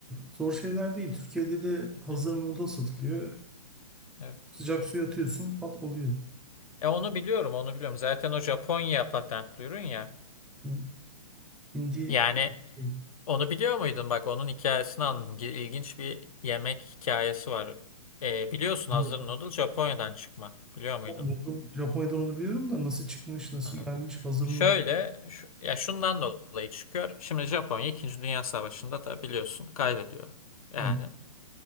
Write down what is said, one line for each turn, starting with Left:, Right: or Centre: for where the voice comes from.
Centre: zor şeyler değil. Türkiye'de de hazır
Left: Evet,
Centre: noodle satılıyor.
Left: evet.
Centre: Sıcak suya atıyorsun, pat oluyor.
Left: E onu biliyorum, onu biliyorum. Zaten o Japonya patentli ürün ya.
Centre: hmm. Hindi
Left: Yani
Centre: şey,
Left: Onu biliyor muydun? Bak onun hikayesini anladım. İlginç bir yemek hikayesi var. Ee, biliyorsun
Centre: hindi-
Left: hazır noodle Japonya'dan çıkma. Biliyor muydun?
Centre: noodle, Japonya'dan onu biliyorum da nasıl çıkmış, nasıl
Left: Evet.
Centre: gelmiş, hazır
Left: Şöyle,
Centre: noodle.
Left: şu- ya şundan dolayı çıkıyor. Şimdi Japonya 2. Dünya Savaşı'nda tabii biliyorsun kaybediyor. Yani
Centre: Evet,